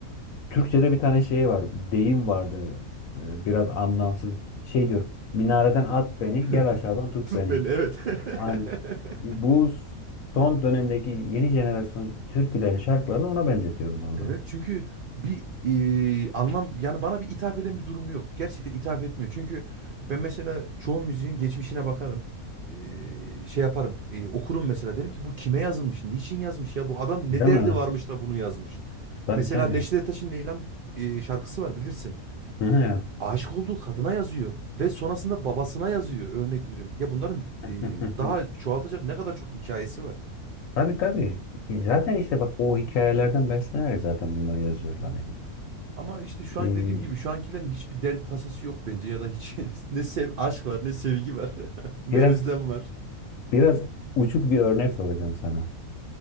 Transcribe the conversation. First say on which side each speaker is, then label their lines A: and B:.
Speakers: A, on the left; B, on the right.
A: Türkçe'de bir tane şey var. Deyim vardı. e, Biraz anlamsız. Şey diyorum. Minareden at beni,
B: <laughs>
A: gel aşağıdan tut
B: Tut
A: beni.
B: beni evet.
A: Aynen.
B: <laughs>
A: Bu son dönemdeki yeni jenerasyon türkülerin şarkılarını ona benzetiyorum valla.
B: Evet çünkü bir e, anlam yani bana bir ithaf eden bir durumu yok. Gerçekten ithaf etmiyor. Çünkü ben mesela çoğu müziğin geçmişine bakarım. E, şey yaparım. e, okurum mesela derim ki bu kime yazılmış? Niçin yazmış ya? Bu adam
A: Değil
B: ne derdi
A: mi?
B: varmış da bunu yazmış?
A: Tabii
B: Mesela
A: tabii.
B: Neşet Ertaş'ın Leyla'm e, şarkısı var bilirsin.
A: Hı hı ya.
B: Aşık olduğu kadına yazıyor ve sonrasında babasına yazıyor örnek veriyorum. Ya bunların e,
A: <laughs>
B: daha çoğaltacak ne kadar çok hikayesi var.
A: Tabii tabii. E, Zaten işte bak o hikayelerden beslenerek zaten bunları yazıyorlar
B: Evet.
A: yani.
B: Ama işte şu
A: Ee,
B: an dediğim gibi şu ankilerin hiçbir derdi tasası yok bence ya da hiç <laughs> ne sev aşk var ne sevgi var <laughs> ne
A: biraz
B: özlem var.
A: biraz uçuk bir örnek soracağım sana.